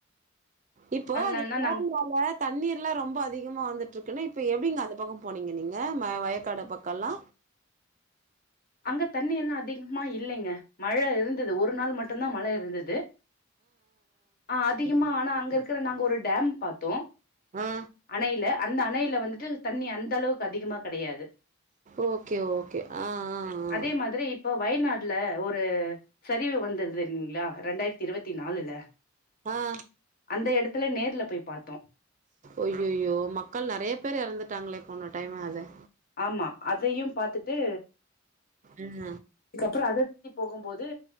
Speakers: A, on the right; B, on the left.
A: இப்போ அந்த
B: நாள்னா நாங்க
A: <inaudible> வோல தண்ணீர்ல்லா ரொம்ப அதிகமா வந்துட்டு இருக்குன்ன இப்ப எப்படிங்க அது பக்கம் போனீங்க நீங்க வயக்காடு பக்கம்ல்லா
B: அங்க தண்ணி எல்லா அதிகமா இல்லைங்க மழ இருந்தது ஒரு நாள் மட்டும்தா மழ இருந்துது ஆ அதிகமா ஆனா அங்க இருக் இருக்கிற நாங்க ஒரு டேம் பார்த்தோ
A: ஆ
B: அணையில அந்த அணையில வந்துட்டு தண்ணி அந்த அளவுக்கு அதிகமா கெடையாது
A: ஓகே ஓகே ஆ ஆ
B: அதே மாதிரி இப் இப்போ வயநாட்ல ஒரு சரிவு வந்துதுங்கிளா இரண்டாயிரத்தி இருவத்தி நாலுல
A: ஆ ஆ
B: அந்த இடத்து த்துல நேர்ல போய் பார்த்தோ
A: அய்யோய்யோ மக்கள் நிறைய பேர் இறந்துட்டாங்களே போன டைம் அத
B: ஆமா அதையு பாத்துட் டு
A: ம்
B: அதுக்கப்புறோ அதிதி போகு போது